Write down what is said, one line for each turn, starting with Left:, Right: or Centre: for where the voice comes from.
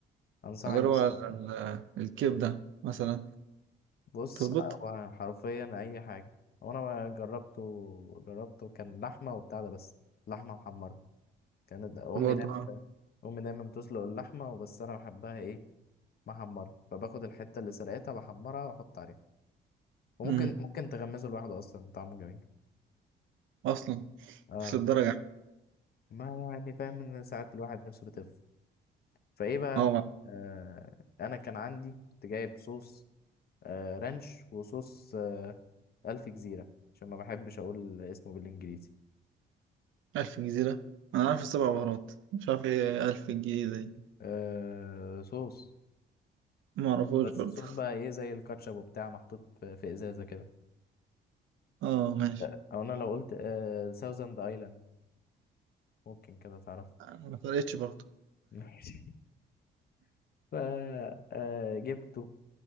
Left: انصحك
Right: اجربها
Left: بس
Right: على ال- الكبدة مثلا
Left: بص
Right: تظبط
Left: هو حرفيا اي حاجه وانا جربته جربته كان لحمه وبتاع ده بس لحمه محمره كانت امي
Right: برضه
Left: دايما امي دايما بتسلق اللحمه وبس انا بحبها ايه محمره فباخد الحته اللي سلقتها بحمرها واحط عليها وممكن
Right: امم
Left: ممكن تغمزه لوحده اصلا طعمه جميل
Right: اصلا
Left: اه
Right: مش للدرجة يعني.
Left: ما يعني فاهم ان ساعات الواحد نفسه بتف فايه بقى
Right: هو مع
Left: آه انا كان عندي كنت جايب صوص آه رانش وصوص آه الف جزيره عشان ما بحبش اقول اسمه بالانجليزي
Right: ألف جزيرة انا عارف السبع بهارات مش عارف ايه ألف جزيرة دي
Left: آه صوص
Right: ما اعرفوش
Left: بس
Right: برضه
Left: الصوص بقى ايه زي الكاتشب وبتاع محطوط في, في ازازه كده
Right: اه ماشي
Left: لا، او انا لو قلت آه ساوزند ايلاند ممكن كده تعرف
Right: ما فرقتش برضه
Left: ماشي <laughs> ف آه جبته